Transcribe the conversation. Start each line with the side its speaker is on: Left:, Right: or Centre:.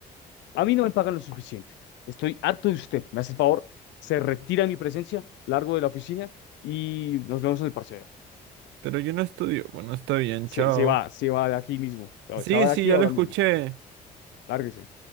Left: a mí no me pagan lo suficiente. Estoy harto de usted. Me hace el favor, se retira de mi presencia, largo de la oficina y nos vemos en el parcial.
Right: pero yo no estudio. Bueno, está bien,
Left: Se,
Right: chao.
Left: se va, se va de aquí mismo.
Right: Sí,
Left: Se va de
Right: sí,
Left: aquí
Right: ya
Left: ahora
Right: lo escuché.
Left: mismo. Lárguese.